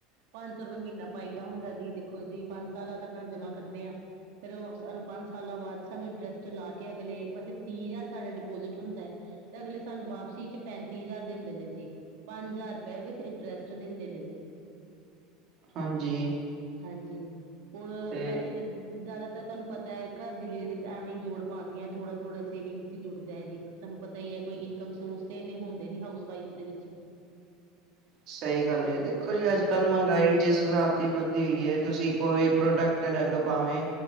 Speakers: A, on the right; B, on the right.
A: ਪੰਜ ਸੌ ਰੁਪਿਆ ਮੀਨਾ ਪਾਈ ਦਾ ਹੁੰਦਾ ਜੀ ਦੇਖੋ ਜੀ ਪੰਜ ਸਾਲਾਂ ਤਕਾ ਜਮਾ ਕਰਦੇ ਆਂ। ਫਿਰ ਓ, ਸਾਨੂੰ ਪੰਜ ਸਾਲਾਂ ਬਾਅਦ, ਸਾਨੂੰ ਇੰਟਰਸਟ ਲਾ ਕੇ ਅਗਲੇ, ਵੈਸੇ ਤੀਹ ਹਜ਼ਾਰ ਸਾਡਾ ਡਿਪੋਜ਼ਿਟ ਹੁੰਦਾ ਐ। ਤੇ ਅਗਲੇ ਸਾਨੂੰ ਵਾਪਸੀ ਚ ਪੈਂਤੀ ਹਜ਼ਾਰ ਦਿੰਦੇ ਨੇ ਜੀ। ਪੰਜ ਹਜ਼ਾਰ ਰੁਪਏ, ਵਿਚ ਇੰਟਰਸਟ ਦਿੰਦੇ ਨੇ ਜੀ।
B: ਹਾਂਜੀ।
A: ਹਾਂਜੀ, ਹੋਰ
B: ਤੇ
A: ਵੈਸੇ ਤਾਂ ਜ਼ਿਆਦਾਤਰ ਤੁਹਾਨੂੰ ਪਤਾ ਐ, ਘਰ ਦੀ ਲੇਡੀਜ਼ ਐਵੇਂ ਈਂ ਜੋੜ ਪਾਂਦੀਆਂ ਐ, ਥੋੜਾ-ਥੋੜਾ ਸੇਵਿੰਗ ਚ ਜੁੜਦਾ ਐ ਜੀ। ਤਾਨੂੰ ਪਤਾ ਈ ਐ, ਕੋਈ ਇਨਕਮ ਸੋਰਸ ਤੇ ਇੰਨੇ ਹੁੰਦੇ ਨੀ ਹਾਊਸ ਵਈਫ ਦੇ ਵਿੱਚ।
B: ਸਹੀ ਗੱਲ ਏ, ਦੇਖੋ ਜੀ ਅੱਜ-ਕੱਲ
A: ਹਾਂਜੀ
B: ਮੰਗਾਈ ਜਿਸ ਹਿਸਾਬ ਦੀ ਵਧਦੀ ਹੋਈ ਐ, ਤੁਸੀਂ ਕੋਈ ਪ੍ਰੋਡਕਟ ਲੈਲੋ ਭਾਵੇਂ।